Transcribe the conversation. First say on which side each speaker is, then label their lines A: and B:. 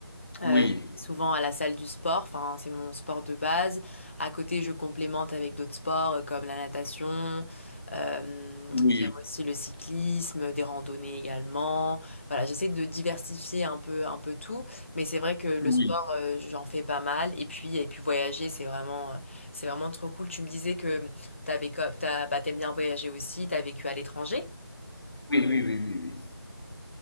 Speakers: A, on the left (about 30°); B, on the left (about 75°).
A: Euh,
B: oui.
A: je vais souvent à la salle du sport, enfin, c'est mon sport de base. À côté, je complémente avec d'autres sports euh, comme la natation. Euh,
B: Oui,
A: j'aime aussi le cyclisme, des randonnées également. Voilà, j'essaie de diversifier un peu, un peu tout, mais c'est vrai que le
B: oui,
A: sport, euh, j'en fais pas mal. Et puis, et puis voyager, c'est vraiment, euh, c'est vraiment trop cool. Tu me disais que t'avais, co- t'as, bah, t'aimes bien voyager aussi. T'as vécu à l'étranger?
B: oui, oui, oui, oui, oui.